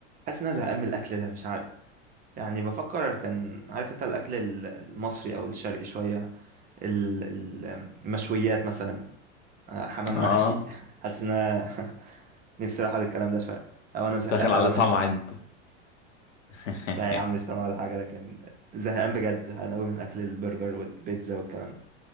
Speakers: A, on the right; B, on the left.
A: حاسس ان انا زهقان من الاكل ده مش عارف يعني بفكر كان عارف انت الاكل ال- المصري او الشرقي شوية ال- ال- المشويات مثلا آه، حمام
B: اه
A: محشي <laughs> حاسس ان أنا <laughs> نفسي اروح على الكلام ده شويه او انا زهقان
B: داخل على
A: قوي
B: طمع
A: من <laughs>
B: انت <laughs>
A: لا يا عم مش سامع ولا حاجه لكن زهقان بجد زهقان قوي من اكل البرجر والبيتزا والكلام ده